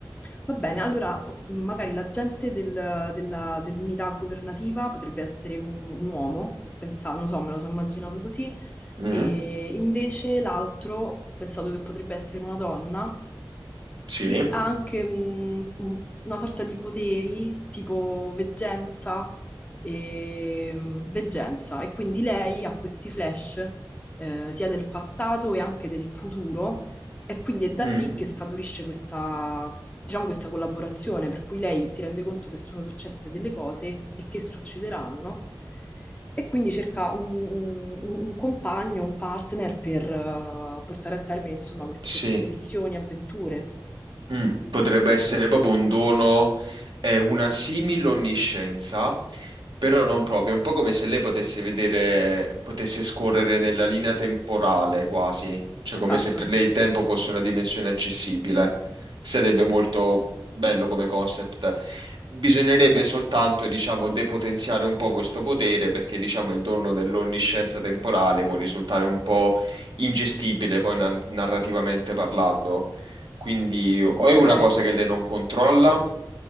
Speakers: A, on the left; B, on the right.
A: Va bene, allora o- magari l'agente del- della- dell'unità governativa potrebbe essere un, un uomo, ho pensato, non so, me lo sono immaginato così,
B: Mm,
A: e invece l'altro ho pensato che potrebbe essere una donna
B: sì,
A: che ha anche mm, un- una sorta di poteri tipo veggenza e veggenza e quindi lei ha questi flash eh, sia del passato e anche del futuro e quindi è da
B: Mm,
A: lì che scaturisce questa, diciamo, questa collaborazione per cui lei si rende conto che sono successe delle cose e che succederanno. E quindi cerca un, un- un compagno, un partner per eh, portare a termine, insomma, queste,
B: sì.
A: queste missioni, avventure.
B: Mm, potrebbe essere proprio un dono, eh, una simile onniscienza, però non proprio, è un po' come se lei potesse vedere, potesse scorrere nella linea temporale quasi, cioè
A: Esatto,
B: come se per lei il tempo fosse una dimensione accessibile. Sarebbe molto bello come concept. Bisognerebbe soltanto, diciamo, depotenziare un po' questo potere perché, diciamo, il dono dell'onniscienza temporale può risultare un po' ingestibile poi na- narrativamente parlando. Quindi o
A: ok,
B: è una cosa che lei non controlla